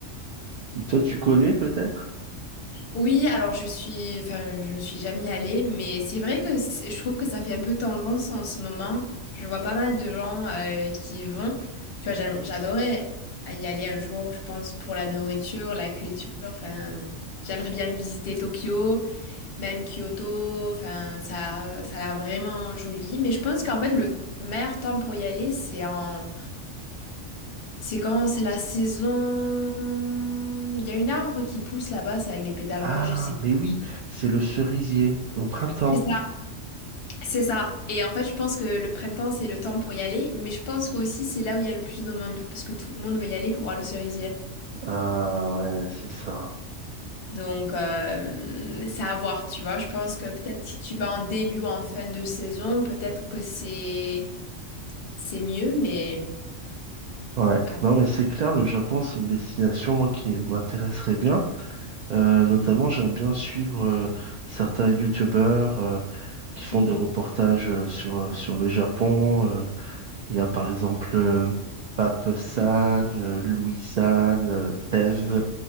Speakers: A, on the right (about 90°); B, on the left (about 55°).
A: Toi, tu connais peut-être?
B: Oui, alors je suis, enfin, je ne suis jamais allée, mais c'est vrai que c'est- je trouve que ça fait un peu tendance en ce moment. Je vois pas mal de gens euh, qui y vont. Tu vois, j'aime- j'adorais y aller un jour, je pense, pour la nourriture, la culture. Enfin, j'aimerais bien visiter Tokyo. Même Kyoto, enfin, ça, ça l'a vraiment joli. Mais je pense qu'en fait, le meilleur temps pour y aller, c'est en, c'est quand c'est la saison. Il y a une arbre qui pousse là-bas, c'est avec les pétales
A: Ah,
B: roses, je sais plus.
A: mais oui, c'est le cerisier au printemps.
B: C'est ça. C'est ça. Et en fait, je pense que le printemps, c'est le temps pour y aller. Mais je pense qu'aussi, c'est là où il y a le plus de monde, parce que tout le monde veut y aller pour voir le cerisier.
A: Ah ouais, c'est ça.
B: Donc, euh, c'est à voir, tu vois. Je pense que peut-être si tu vas en début ou en fin de saison, peut-être que c'est c'est mieux, mais.
A: Ouais.
B: à voir.
A: Non, mais c'est clair, le Japon, c'est une destination, moi, qui m'intéresserait bien. Euh, notamment, j'aime bien suivre euh, certains youtubeurs euh, qui font
B: Mhm.
A: des reportages euh, sur, euh, sur le Japon. euh. il y a par exemple euh, Pape San, euh, Louis San, euh, Tev.
B: Mhm.
A: Euh,